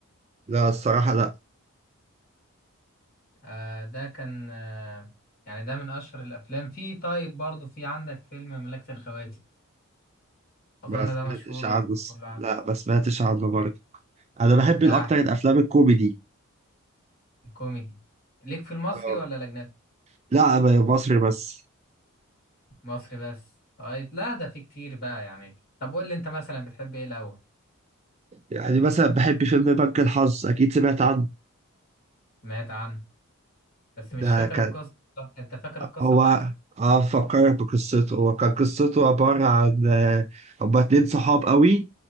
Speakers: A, on the right; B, on the left.
A: لا الصراحة لا
B: آه ده كان آه يعني ده من اشهر الافلام في طيب برضه في عندك فيلم مملكه الخواتم اظن
A: ما سمعتش
B: ده مشهور
A: عنه
B: يعني
A: الص-
B: كله عارف
A: لا ما سمعتش عنه برضه أنا بحب
B: لا
A: الأكتر
B: احكي
A: الأفلام الكوميدي
B: الكوميدي ليك في المصري
A: اه
B: ولا الاجنبي
A: لا ب- مصري بس
B: مصري بس طيب لا ده في كتير بقى يعني طب قول لي انت مثلا بتحب ايه الاول
A: يعني مثلا بحب فيلم بنك الحظ أكيد سمعت عنه
B: سمعت عنه بس مش
A: ده
B: فاكر
A: كان
B: القصة بالظبط. انت فاكر القصة
A: هو
B: بتاعته؟
A: اه فكرت بقصته هو كان قصته عبارة عن آه، هما اتنين صحاب قوي